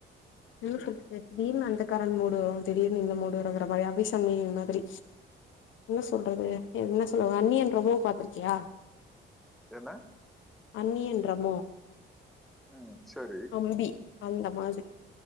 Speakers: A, on the left; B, in the centre.
A: இழுத்திருக்கு திடீர்னு அந்தக்காரந் மூடு வரு திடீர்னு இந்த மூடு வரோங்கிற மயா அவ்வை சண்முகி மாதிரி என்ன சொல்றது என்ன சொல்ல அந்நியன் ரெமோ பாத்திருக்கியா
B: என்ன
A: அந்நியன் ரெமோ
B: ம். சரி.
A: அம்பி அந்த மாதிரி